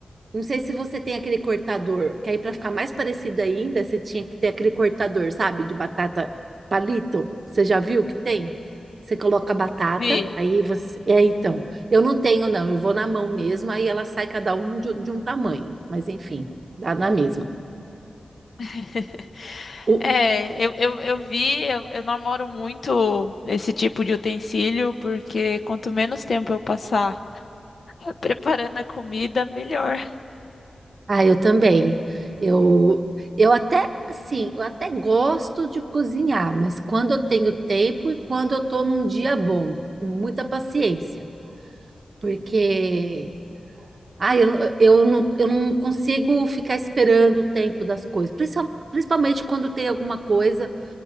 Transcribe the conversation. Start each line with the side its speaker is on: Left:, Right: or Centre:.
Right: Não sei se você tem aquele cortador, que aí para ficar mais parecido ainda, você tinha que ter aquele cortador, sabe, de batata palito. Você já viu que tem? Você coloca a batata,
Left: Vi.
Right: aí você. É, então. Eu não tenho, não. Eu vou na mão mesmo, aí ela sai cada um de, de um tamanho. Mas enfim, dá na mesma.
Left: <laughs>
Right: O-
Left: É, eu, eu, eu vi, eu, eu namoro muito esse tipo de utensílio, porque quanto menos tempo eu passar <laughs> preparando a comida, melhor.
Right: Ah, eu também. Eu, eu até, assim, eu até gosto de cozinhar, mas quando eu tenho tempo e quando eu tô num dia bom, com muita paciência. Porque Ah, eu, não- eu, não, eu não consigo ficar esperando o tempo das coisas, Principal- principalmente quando tem alguma coisa